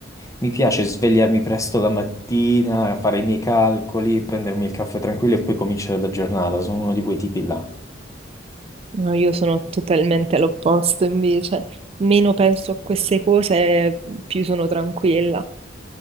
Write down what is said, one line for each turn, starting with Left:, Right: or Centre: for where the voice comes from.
Left: mi piace svegliarmi presto la mattina, fare i miei calcoli, prendermi il caffè tranquillo e poi cominciare la giornata, sono uno di quei tipi là.
Right: No, io sono totalmente all'opposto invece. Meno penso a queste cose, più sono tranquilla.